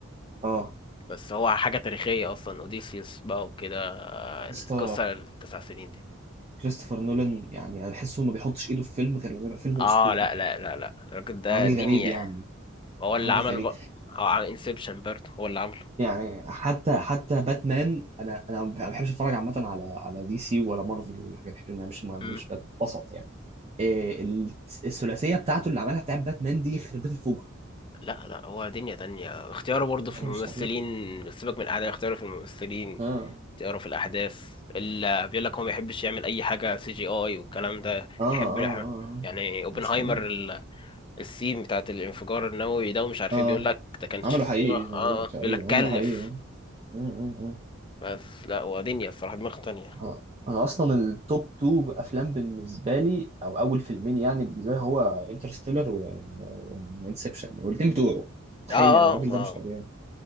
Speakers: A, on the right; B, on the left.
A: اه
B: بس هو حاجة تاريخية أصلا أوديسيوس بقى وكده آه،
A: يا
B: القصة
A: اسطى
B: التسع سنين دي
A: كريستوفر نولان يعني انا بحسه ما بيحطش ايده في فيلم غير لما يبقى فيلم
B: اه
A: اسطوري
B: لا لا لا لا الراجل ده
A: راجل
B: دنيا
A: غريب يعني
B: هو اللي
A: راجل
B: عمل
A: غريب
B: بقى اه عن انسبشن برضه هو اللي عمله
A: يعني حتى حتى باتمان انا انا ما بحبش اتفرج عامه على على دي سي ولا مارفل ولا حاجه بحب ما- مش مش
B: مم.
A: بتبسط يعني إيه ال- الثلاثيه بتاعته اللي عملها بتاعت باتمان دي خربت الفجر
B: لا لا هو دنيا تانية اختياره برضه
A: يا اخي
B: في الممثلين
A: مش طبيعي
B: سيبك من الأعداء اختياره في الممثلين
A: اه
B: اختياره في الأحداث اللي بيقول لك هو ما بيحبش يعمل أي حاجة سي جي آي والكلام ده
A: اه اه
B: يحب الح-
A: اه آه.
B: يعني اوبنهايمر
A: مش طبيعي
B: ال- السين بتاعت الانفجار النووي ده ومش عارف
A: اه
B: ايه بيقول لك ده كانش
A: عمله حقيقي
B: اه
A: زي
B: اه
A: ما بيقول لك تقريبا
B: بيقول لك كلف
A: عمله حقيقي اه آه، آه، آه.
B: بس لا ودنيا الصراحة دماغ تانية
A: آه، انا اصلا التوب 2 افلام بالنسبه لي او اول فيلمين يعني بالنسبه لي هو انترستيلر وانسبشن والاثنين بتوعه متخيل
B: اه
A: يعني
B: اه
A: الراجل
B: ما
A: ده مش طبيعي